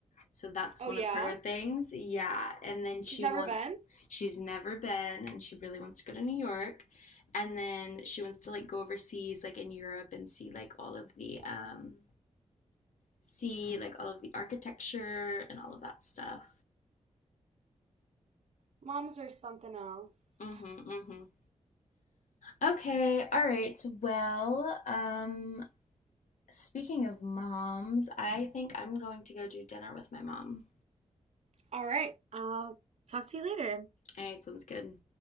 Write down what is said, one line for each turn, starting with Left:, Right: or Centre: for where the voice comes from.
Left: So that's
Right: Oh
Left: one
Right: yeah?
Left: of her things. Yeah. And then she
Right: She's never
Left: wants
Right: been?
Left: she's never been and she really wants to go to New York. And then she wants to like go overseas like in Europe and see like all of the um see like all of the architecture and all of that stuff.
Right: Moms are something else.
Left: Mhm. Mhm. Okay. All right. Well, um speaking of moms, I think I'm going to go do dinner with my mom.
Right: All right, I'll talk to you later.
Left: All right, sounds good.